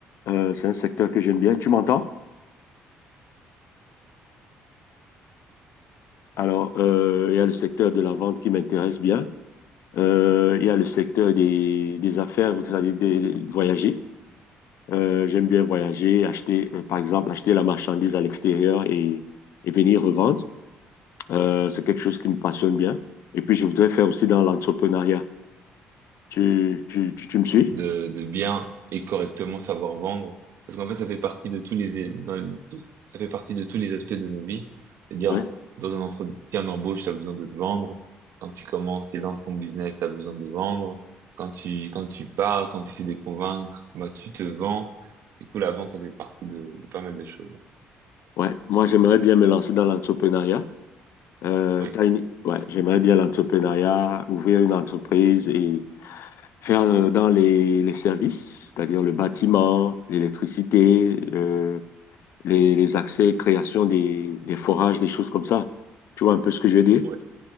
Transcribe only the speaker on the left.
Euh, c'est un secteur que j'aime bien. Tu m'entends? Alors, euh, il y a le secteur de la vente qui m'intéresse bien. Euh, il y a le secteur des, des affaires, vous savez, des, voyager. Euh, j'aime bien voyager, acheter, euh, par exemple, acheter la marchandise à l'extérieur et, et venir revendre. Euh, c'est quelque chose qui me passionne bien. Et puis, je voudrais faire aussi dans l'entrepreneuriat. Tu, tu, tu, tu me suis?
Ouais.
Ouais, moi j'aimerais bien me lancer dans l'entrepreneuriat. Euh,
t'as une- ouais, j'aimerais bien l'entrepreneuriat, ouvrir une entreprise et faire euh, dans les, les services, c'est-à-dire le bâtiment, l'électricité, euh, les, les accès, création des, des forages, des choses comme ça. Tu vois un peu ce que je veux dire?